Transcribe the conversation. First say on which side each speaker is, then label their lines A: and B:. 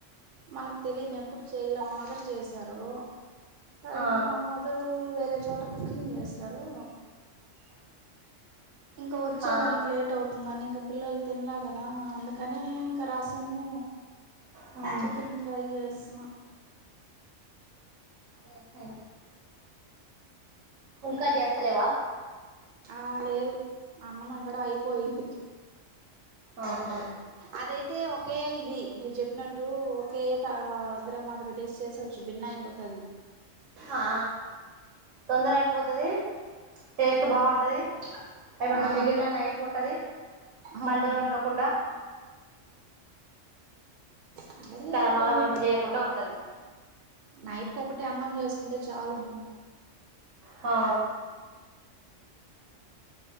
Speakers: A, on the right; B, on the right.
A: మనకు తెలియని ఎప్పుడు చెయలే మా మదర్ చేశారు సరే
B: ఆ
A: ఇంకా మా మ దర్ వేరే చోట కుకింగ్ చేస్తారు ఇంకా వచ్చే
B: ఆ
A: దానికి లేట్ అవుతుందని ఇంకా పిల్లలు తినలే కదా అందుకని ఇంకా రసము
B: ఉమ్
A: చికెన్ ఫ్రై చేస్తున్న
B: ఉహు పుల్కా జెస్తలేవా
A: ఆ లేదు అన్నం ఇక్కడ అయిపోయింది
B: ఆహా
A: అదైతే ఒకే ఇది మీరు చెప్పినట్టు ఒకే త తిరగుమాత పెట్టేసి చేసేవచ్చు భిన్న అయిపొద్ది తది
B: ఆ తొందర అయిపోతది టేస్ట్ బాగుంటది ఏమన్నా
A: ఆ
B: మిగిలిన నైట్ ఉంటది
A: అవును
B: మళ్ళీ వండకుండా
A: సరేలే
B: తన
A: ఇప్పుడేమి
B: మళ్ళ వంట చేయకుండా ఉంటది
A: నైట్కి ఒకటి అన్నం చేసుకుంటే చాలు మేము
B: ఆ